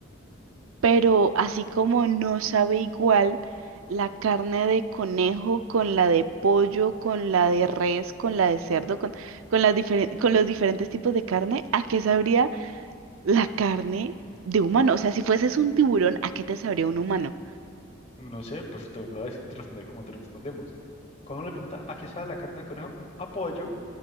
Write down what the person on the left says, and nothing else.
No sé, pues te lo voy a decir, responder como te respondemos. Cuando uno le pregunta, ¿a qué sabe la carne de conejo? Apoyo.